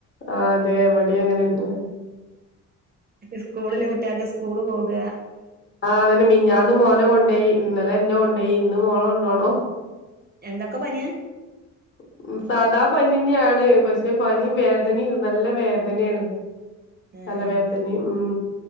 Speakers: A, on the left; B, on the right.
A: ആഹ് അതെ ഇവടിം അങ്ങനെന്നെയാ.
B: സ്കൂളില്ലെ കുട്ട്യാക്ക് സ്കൂള് പോകാ.
A: ആഹ് അതന്നെ മിഞ്ഞാന്ന് മോനെ കൊണ്ടോയി ഇന്നലെ ഇന്നെ കൊണ്ടോയി ഇന്ന് മോളെ കൊണ്ടോണം.
B: എന്ത ഒക്കെ പനിയാ.
A: <inaudible> ഉം സാധാ പനിന്നെ ആണ് പക്ഷെ പനിം വേദനയും നല്ല വേദനയാണ്
B: ഉം
A: തലവേദനയും ഉം